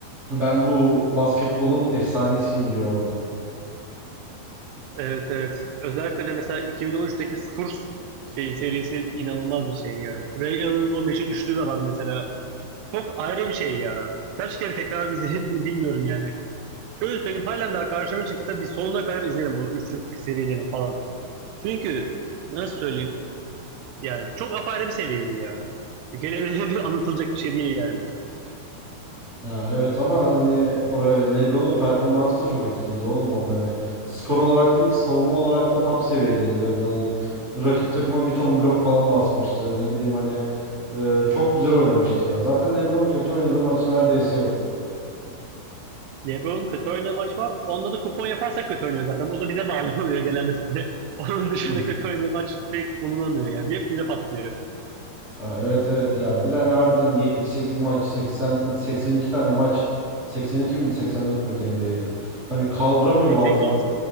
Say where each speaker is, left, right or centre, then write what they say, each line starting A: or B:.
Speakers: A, on the right; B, on the right.
A: ben bu basketbolun efsanesiyim diyor orada.
B: Evet evet. Özellikle de mesela 2013'teki Spurs şey serisi inanılmaz bir şey yani. Ray Allen'ın o meşhur üçlü de var mesela. Çok ayrı bir şey ya. Kaç kere tekrar izledim mi bilmiyorum yani. Şöyle söyleyeyim halen daha karşıma çıksa bir sonuna kadar izlerim o üçlük serilerini falan. Çünkü nasıl söyleyeyim yani çok apayrı bir seviyeydi ya. Dikelemeyle diyor anlatılacak bir şey değil yani.
A: Ha, evet ama hani oraya LeBron'un performansı da çok etkiliydi oğlum orada hani skor olarak değil savunma olarak da top seviyedeydi LeBron hani rakip takıma bir ton blok falan basmıştı ne bileyim hani e, çok güzel oynamıştı ya zaten LeBron'un kötü oynadığı maç neredeyse yok.
B: LeBron kötü oynadığı maç var. Onda da kupon yaparsak kötü oynuyor zaten. O da bize bağlı <laughs> oluyor genelde. Onun dışında
A: <laughs>
B: kötü oynadığı maç pek bulunamıyor yani. Hep bize patlıyor.
A: Ha, evet evet ya bir tane harbiden 78 maç 80 82 tane maç 82 miydi 84 müydü NBA'de hani kaldıramıyor
B: 80
A: bazı